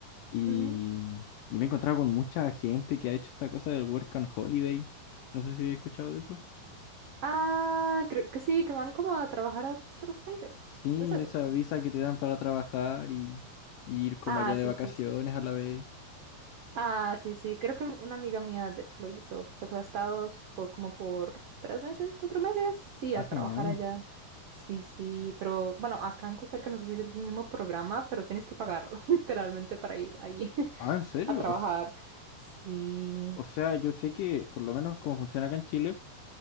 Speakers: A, on the left; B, on the right.
A: y,
B: Ujú.
A: y me he encontrado con mucha gente que ha hecho esta cosa del Work and Holiday. No sé si he escuchado de eso.
B: Ah, creo que sí, que van como a trabajar a otros países.
A: Sí,
B: ¿Es eso?
A: esa visa que te dan para trabajar y, y ir como
B: Ah,
A: allá de
B: sí,
A: vacaciones
B: sí, sí.
A: a la vez.
B: Ah, sí, sí. Creo que una amiga mía, de hecho, lo hizo. Se fue a Estados por como por tres meses, cuatro meses, sí,
A: Ah,
B: a
A: genial.
B: trabajar allá. Sí, sí, pero bueno, acá en Costa Rica no sé si es el mismo programa, pero tienes que pagarlo <laughs> literalmente para ir ahí <laughs>
A: Ah, ¿en serio?
B: a trabajar.
A: O, s-
B: Sí.
A: o sea, yo sé que por lo menos como funciona acá en Chile,